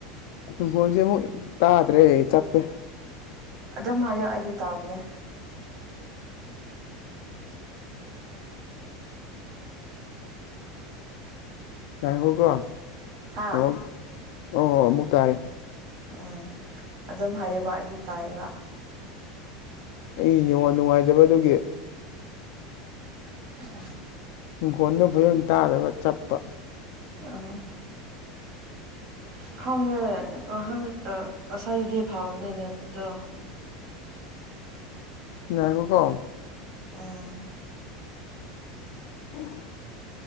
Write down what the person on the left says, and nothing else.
ꯏꯪꯈꯣꯟꯁꯦ ꯑꯃꯨꯛ ꯇꯥꯗ꯭ꯔꯦ ꯆꯞꯄꯦ
ꯉꯥꯏꯈꯣꯀꯣ
ꯑꯣ ꯍ ꯑꯃꯨꯛ ꯇꯥꯔꯦ
ꯑꯩꯉ ꯅꯨꯡꯉꯥꯏꯖꯕꯗꯨꯒꯤ
ꯏꯪꯈꯣꯟꯗ ꯐꯖꯅ ꯇꯥꯗꯕ ꯆꯠꯄ
ꯅꯈꯣ ꯀꯣ
ꯎꯝ